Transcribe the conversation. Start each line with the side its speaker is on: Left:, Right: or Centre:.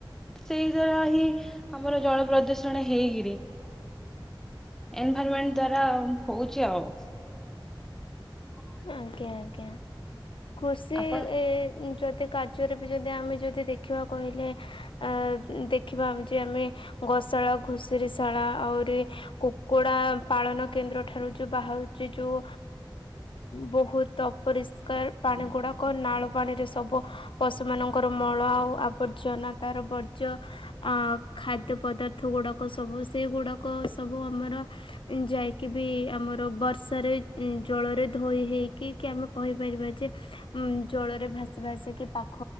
Centre: ସେଇ ଦ୍ଵାରା ହିଁ ଆମର ଜଳ ପ୍ରଦୂଷଣ ହେଇକିରି ଏନଭାଇର୍ମେଣ୍ଟ ଦ୍ଵାରା ହଉଛି ଆଉ। ହ।
Left: ଆଜ୍ଞା ଆଜ୍ଞା। କୃଷି ଏ
Centre: ଆପଣ
Left: ଯଦି କା ର୍ଯ୍ୟରେ ବି ଯଦି ଆମେ ଯଦି ଦେଖିବା କହିଲେ ଆଁ ଦେଖିବା ଆମେ ଯେ ଆମେ ଗୋଶାଳା ଘୁଷୁରୀଶାଳା ଆହୁରି କୁକୁଡା ପାଳନ କେନ୍ଦ୍ରଠାରୁ ଯୋଉ ବାହାରୁଛି ଯୋଉ ବହୁତ ଅପରିଷ୍କାର ପାଣି ଗୁଡ଼ାକ। ନାଳ ପାଣିରେ ସବୁ ପଶୁ ମାନଙ୍କର ମଳ ଆଉ ଆବର୍ଜନା ତାର ବର୍ଜ୍ୟ ଅ ଖାଦ୍ୟ ପଦାର୍ଥ ଗୁଡାକ ସବୁ ସେଗୁଡାକ ସବୁ ଆମର ଯାଇକି ବି ଆମର ବର୍ଷାରେ ଜଳରେ ଧୋଇ ହେଇକି କି ଆମେ କହିପାରିବା ଯେ ଉଁ ଜଳରେ ଭାସି ଭାସିିକି ପାଖ